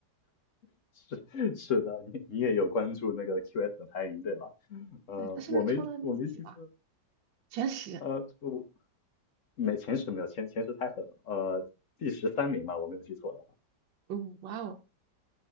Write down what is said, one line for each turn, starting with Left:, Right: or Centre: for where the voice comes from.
Left: <laughs> 是是的，你你也有关注那个 QS 的排名，对吧？呃，
Right: 对，它是不是冲到第几了？
Left: 我没我没记错，
Right: 前十？
Left: 呃，我没前十没有前前十太狠了，呃，第十三名吧，我没有记错的话。
Right: 哦，哇哦，